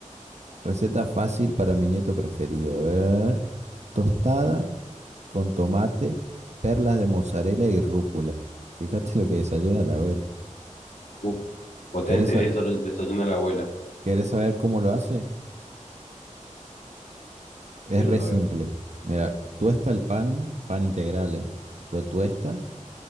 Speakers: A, on the right; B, on the left.
A: Receta fácil para mi nieto preferido. eh. Tostada con tomate, perlas de mozzarella y rúcula. Fíjate lo que desayuna la abuela.
B: Uf, potente
A: ¿Querés, sa-
B: desa- desayuno a la abuela.
A: querés saber cómo lo hace? Es
B: Quiero
A: re
B: saber.
A: simple. Mira, tuesta el pan, pan integral, eh. Lo tuesta